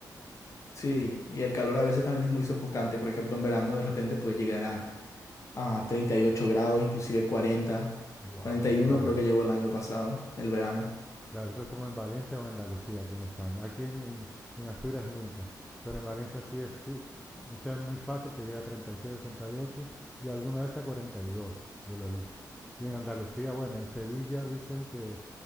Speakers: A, on the left (about 45°); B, in the centre.
A: Sí,
B: Es-
A: y el calor a veces también es muy sofocante. Por ejemplo, en verano de repente puede llegar a, a 38 grados, inclusive 40,
B: wow,
A: 41
B: claro.
A: creo que llegó el año pasado, el verano.
B: Claro, eso es como en Valencia o en Andalucía, aquí en España. Aquí en, en- en Asturias nunca, pero en Valencia sí es, fi- o sea, es muy fácil que llegue a treinta y siete, treinta y ocho y alguna vez a 42. yo lo he visto. Y en Andalucía, bueno, en Sevilla dicen que